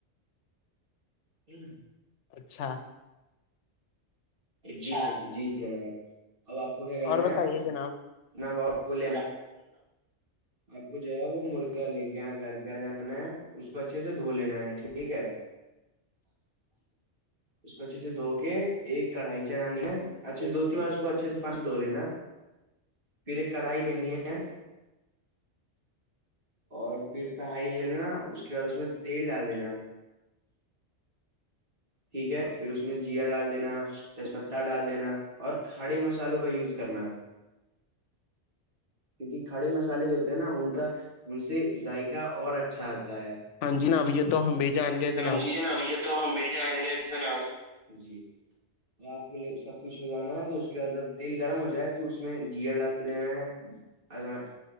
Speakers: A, on the right (about 50°); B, on the left (about 85°).
A: ال
B: اچھا
A: جی جی جناب اب آپ کو کیا کرنا
B: اور بتائیے
A: ہے
B: جناب
A: نہ ب پول آپ کو جو ہے وہ مرغیاں لے کے آ گھر پہ آ جانا ہے اس میں اچھے سے دھو لینا ہے ٹھیک ہے
B: <inaudible>
A: اس کو اچھے سے دھو کے ایک کڑھائی چڑھانی ہے اچھا دو تین بار اس کو اچھے سے پانچ سے دو لینا پھر ایک کڑاہی لیننی ہے اور پھر کڑھائی لینا اس کے بعد اس میں تیل ڈال دینا ٹھیک ہے پھر اس میں اس میں جیا ڈال دینا تیج پہ ڈال دینا اور کھڑے مسالوں کا یوز کرنا ہے
B: <inaudible>
A: کیونکہ کھڑے مسالے جو ہوتے ہیں نا ان کا ان سے ذائقہ اور اچھا آتا ہے
B: ہاں ج ناویے تو ہمی بھی جان گیا جناب
A: ہاں جی یہ تو ہم بھی جان گے جناب جی اور آپ کو سب کچھ ہو جانا ہے تو اس کے بعد جب تیل گرم ہو جائے تو اس میں جیا ڈال دینا ہے ا میں